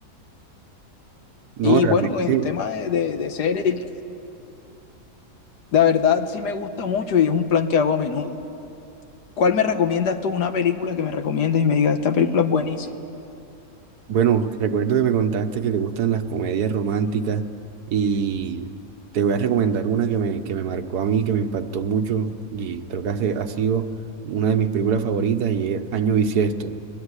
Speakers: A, on the right; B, on the left.
A: No,
B: y
A: realmente.
B: bueno, en tema de, de, de series, la verdad sí me gusta mucho y es un plan que hago a menudo. ¿Cuál me recomiendas tú? Una película que me recomiendes y me digas, esta película es buenísima.
A: Bueno, recuerdo que me contaste que te gustan las comedias románticas y te voy a recomendar una que me, que me marcó a mí, que me impactó mucho y creo que hace- ha sido una de mis películas favoritas y es Año Bisiesto.